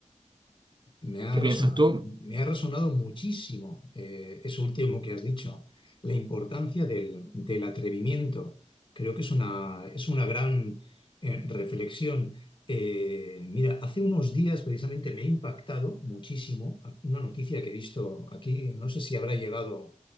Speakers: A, on the left; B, on the right.
A: Me ha
B: ¿Qué piensas
A: resonado,
B: tú?
A: me ha resonado muchísimo eh, eso último que has dicho, la importancia del, del atrevimiento. Creo que es una, es una gran eh, reflexión. Eh, mira, hace unos días precisamente me ha impactado muchísimo una noticia que he visto aquí. No sé si habrá llegado